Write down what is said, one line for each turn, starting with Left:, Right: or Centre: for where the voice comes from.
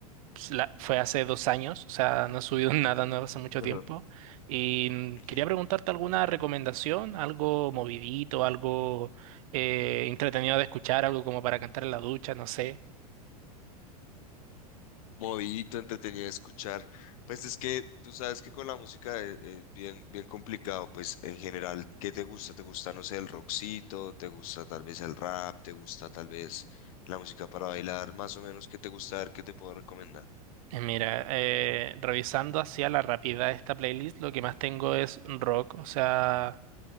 Right: pues, la- fue hace dos años, o sea, no he subido <laughs> nada nuevo hace mucho
Left: Ajá.
Right: tiempo. Y mm,
Left: Ujú.
Right: quería preguntarte alguna recomendación, algo movidito, algo eh, entretenido de escuchar, algo como para cantar en la ducha, no sé.
Left: Movidito, entretenido de escuchar. Pues es que tú sabes que con la música es, es bien, bien complicado. Pues en general, ¿qué te gusta? ¿Te gusta, no sé, el rockcito? ¿Te gusta tal vez el rap? ¿Te gusta tal vez la música para bailar? Más o menos, ¿qué te gusta? A ver, ¿qué te puedo recomendar?
Right: Eh, Mira, eh, revisando hacia la rapidez esta playlist, lo que más tengo es rock, o sea,